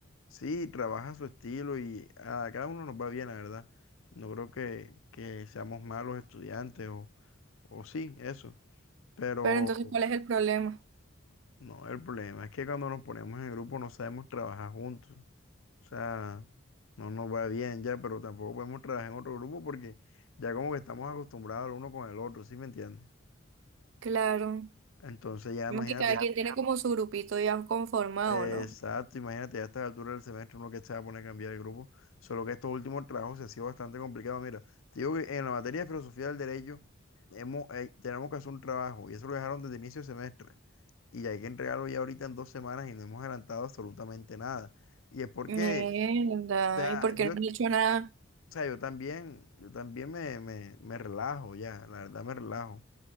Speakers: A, on the left; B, on the right.
A: sí, trabaja a su estilo y a cada uno nos va bien, la verdad. No creo que, que seamos malos estudiantes o O sí, eso. Pero
B: Pero entonces, ¿cuál es el problema?
A: no, el problema es que cuando nos ponemos en grupo no sabemos trabajar juntos. O sea, no nos va bien ya, pero tampoco podemos trabajar en otro grupo porque ya como que estamos acostumbrados el uno con el otro, ¿sí me entiendes?
B: Claro.
A: Entonces ya imagínate,
B: Más que cada quien tiene como su grupito ya conformado,
A: eh,
B: ¿no?
A: exacto, imagínate ya a esta altura del semestre uno que se va a poner a cambiar el grupo. Solo que estos últimos trabajos se han sido bastante complicados. Mira, te digo que en la materia de filosofía del derecho hemos, eh, tenemos que hacer un trabajo y eso lo dejaron desde inicio de semestre. y hay que entregarlo ya ahorita en dos semanas y no hemos adelantado absolutamente nada. Y es porque,
B: Mierda.
A: o sea,
B: ¿Y por qué
A: yo,
B: no han
A: o
B: dicho nada?
A: sea, yo también, yo también me, me, me relajo ya, la verdad me relajo.